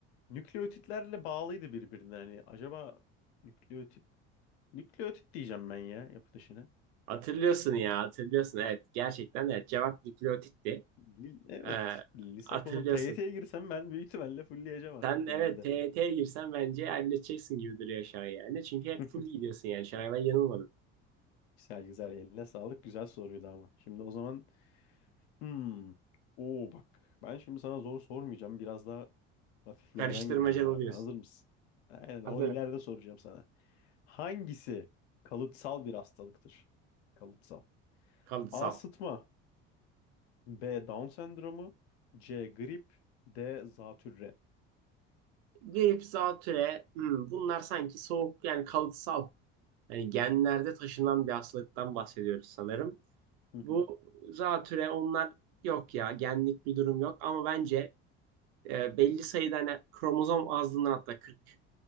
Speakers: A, on the left; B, on the right.
A: Nükleotitlerle bağlıydı birbirine. Hani acaba nükleotit nükleotit diyeceğim ben ya yapı dışına.
B: Hatırlıyorsun ya hatırlıyorsun. Evet gerçekten evet. Cevap nükleotitti.
A: Li- Evet,
B: Ee,
A: lise
B: hatırlıyorsun.
A: konu TYT'ye girsem ben büyük ihtimalle fullleyeceğim artık
B: Sen evet
A: herhalde.
B: TYT'ye girsen bence halledeceksin gibi duruyor şu an yani. Çünkü
A: <laughs>
B: hep full gidiyorsun yani. Şu an ben yanılmadım.
A: Güzel güzel eline sağlık. Güzel soruydu ama. Şimdi o zaman hmm. Oo bak. Ben şimdi sana zor sormayacağım. Biraz daha hafiflerden
B: Karıştırmaca
A: gireceğim abi.
B: oluyoruz.
A: Hazır mısın? Aynen
B: Hazırım.
A: o ileride soracağım sana. Hangisi kalıtsal bir hastalıktır? Kalıtsal.
B: Kalıtsal.
A: A. Sıtma. B. Down sendromu. C. Grip. D. Zatürre.
B: Grip, zatüre, hmm, bunlar sanki soğuk yani kalıtsal. Yani genlerde taşınan bir hastalıktan bahsediyoruz sanırım.
A: Hı hı.
B: Bu zatüre onlar yok ya genlik bir durum yok ama bence e, belli sayıda hani kromozom azlığından hatta 40